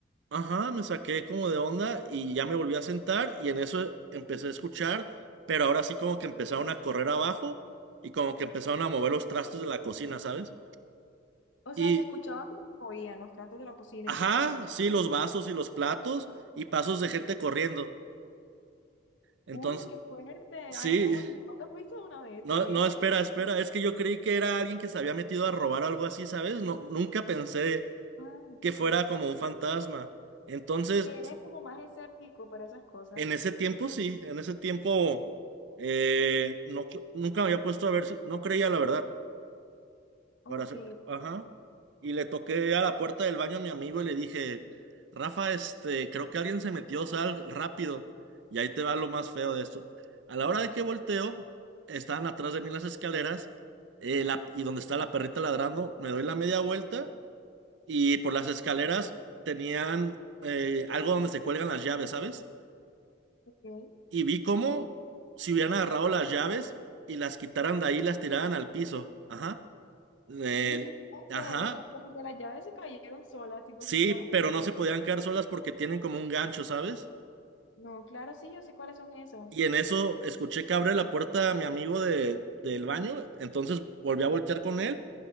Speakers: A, on the right (about 65°); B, on the left (about 75°).
A: ajá, me saqué como de onda y ya me volví a sentar y en eso empecé a escuchar, pero ahora sí como que empezaron a correr abajo y como que empezaron a mover los trastes de la cocina, ¿sabes?
B: O
A: Y,
B: sea, se escuchaba como oían los tratos de la cocina
A: ajá,
B: y todo eso.
A: sí, los vasos y los platos y pasos de gente corriendo. Entonces,
B: Uy, qué fuerte.
A: sí.
B: Ay, no, ¿y no te fuiste de una vez?
A: No,
B: Yo me
A: no,
B: iría
A: espera,
B: enseguida.
A: espera. Es que yo creí que era alguien que se había metido a robar o algo así, ¿sabes? No, nunca pensé
B: Ah, ok.
A: que fuera como un fantasma. Entonces,
B: Que eres como más escéptico para esas cosas.
A: en ese tiempo sí, en ese tiempo eh, no, nunca me había puesto a ver si, no creía la verdad
B: Ok,
A: para hacer. Ajá. Y le toqué a la puerta del baño a mi amigo y le dije, Rafa, este, creo que alguien se metió, sal rápido. Y ahí te va lo más feo de esto. A la hora de que volteo, estaban atrás de mí las escaleras, eh, la- y donde está la perrita ladrando, me doy la media vuelta y por las escaleras tenían eh, algo donde se cuelgan las llaves, ¿sabes?
B: ok.
A: Y vi cómo si hubieran agarrado las llaves y las quitaran de ahí, las tiraran al piso. Ajá. Eh,
B: Uy, qué fuerte.
A: ajá.
B: O sea, como que las llaves se cayeron solas, tipo
A: Sí,
B: se tiraron
A: pero
B: solas.
A: no se podían quedar solas porque tienen como un gancho, ¿sabes?
B: No, claro, sí, yo sé cuáles son esas.
A: Y en eso escuché que abre la puerta a mi amigo de, del baño, entonces volví a voltear con él